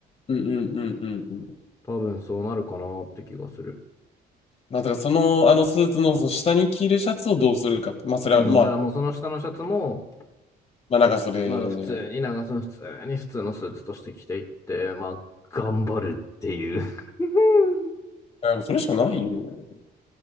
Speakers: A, on the left; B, on the left.
A: うんうんうんうんうん。
B: 多分そうなるかなって気がする。
A: まあ、だからその、あのスーツの、その下に着るシャツをどうするかって。まあ、それは、
B: うん、
A: まあ、
B: だからもうその下のシャツも、
A: まあ、長袖。
B: まあ普通に長袖、普通に普通のスーツとして着ていって、まあ頑張るっていう <laughs>
A: あそれしかないよね。